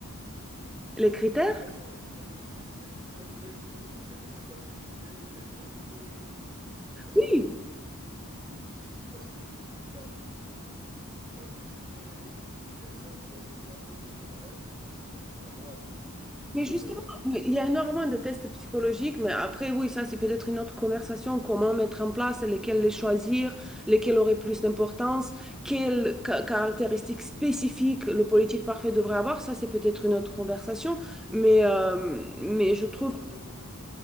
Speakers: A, in the centre; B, on the right (about 20°).
A: Les critères?
B: C'est pas sur la question de logistique, c'est quel, quel test de, quel test d'intégrité et quel test de... de personnalité
A: Oui,
B: et, et qui... Parce que la- l'intégrité d'une personne qui va voter à gauche ne sera pas la même qu'une personne qui va voter à droite. Le...
A: Mais justement, il y a énormément de tests psychologiques, mais après, oui, ça, c'est peut-être une autre conversation. Comment mettre en place, lesquels les choisir, lesquels auraient plus d'importance, quelles ca- caractéristiques spécifiques le politique parfait devrait avoir, ça, c'est peut-être une autre conversation. Mais, euh, mais je trouve,
B: Pas forcément.